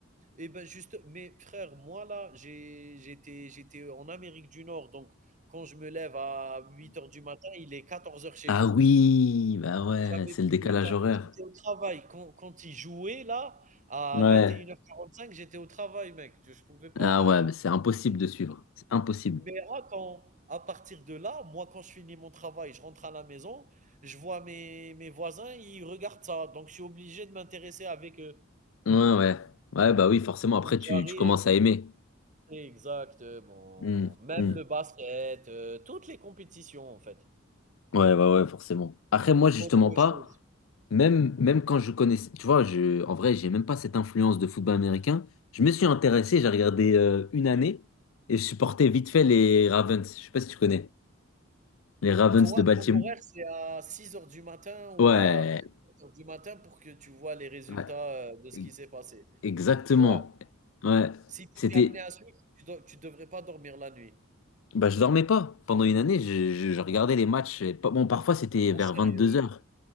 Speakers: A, on the right; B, on the left.
A: eh ben juste, mais frère, moi là, j'ai- j'étais, j'étais en Amérique du Nord, donc quand je me lève à 8 heures du matin, il est 14 heures chez
B: Ah
A: vous.
B: oui, bah ouais,
A: J'avais
B: c'est
A: plus
B: le décalage
A: le temps,
B: horaire.
A: j'étais au travail. Quand, quand ils jouaient là, à
B: Ouais.
A: vingt et une heures quarante cinq j'étais au travail, mec. Je, je pouvais pas.
B: Ah ouais, mais c'est impossible de suivre. C'est impossible.
A: Mais attends, à partir de là, moi, quand je finis mon travail, je rentre à la maison, je vois mes, mes voisins, ils regardent ça. Donc, je suis obligé de m'intéresser avec eux.
B: Ouais, ouais. Ouais, bah oui, forcément, après,
A: Donc, j'arrive,
B: tu, tu commences à aimer.
A: Exactement.
B: Hmm,
A: Même
B: hmm.
A: le basket, heu, toutes les compétitions, en fait.
B: Ouais, bah ouais, forcément. Après, moi, justement
A: Autre
B: pas,
A: chose,
B: même, même quand je connaissais, tu vois, je, en vrai, j'ai même pas cette influence de football américain. Je me suis intéressé, j'ai regardé euh, une
A: oui.
B: année et je supportais vite fait les Ravens. Je sais pas si tu connais. Les Ravens
A: Toi,
B: de Baltimore.
A: ton horaire, c'est à six heures du matin ou
B: Ouais,
A: à peut-être 07:00 du matin pour que tu vois les résultats,
B: ouais,
A: heu, de ce
B: e-
A: qui s'est passé,
B: exactement.
A: tu vois?
B: Ouais,
A: Si tu
B: c'était,
A: étais amené à suivre, tu do tu devrais pas dormir la nuit.
B: Bah, je dormais pas. Pendant une année, je, je- je regardais les matchs. et pas- Bon, parfois c'était
A: Oh
B: vers
A: sérieux?
B: vingt-deux heures